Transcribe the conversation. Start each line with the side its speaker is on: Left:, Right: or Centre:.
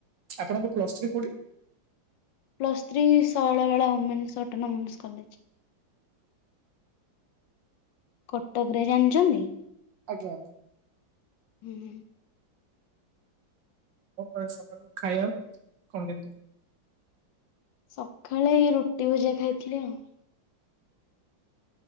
Right: ଆପଣଙ୍କ ପ୍ଲସ୍ ଥ୍ରୀ କୋଉଠି?
Left: Plus three Shailabala women's autonomous college. Cuttack ରେ ଜାଣିଛନ୍ତି?
Right: ଆଜ୍ଞା।
Left: ହୁଁ ହୁଁ।
Right: ହଉ ସକାଳୁ ଖାଇବା କଣ କେମିତି?
Left: ସକାଳେ ଏଇ ରୁଟି ଭଜା ଖାଇଥିଲି ଆଉ।